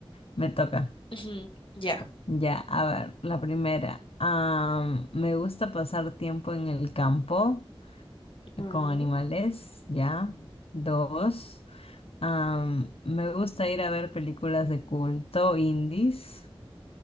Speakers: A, on the left; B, on the left.
A: Me toca.
B: Ujú, Ya.
A: Ya, a ver, la primera. Am, me gusta pasar tiempo en el campo.
B: Ujú.
A: con animales, ya. Dos, am, me gusta ir a ver películas de culto indies.